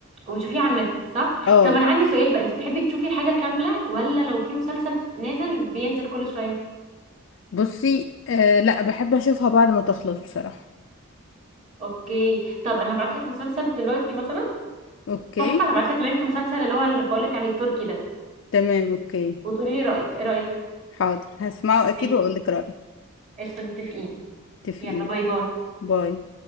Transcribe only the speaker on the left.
اه
بصي آه لا بحب اشوفها بعد ما تخلص بصراحة
اوكي
تمام اوكي
حاضر هسمعه اكيد
واقول لك رأيي
اتفقين
باي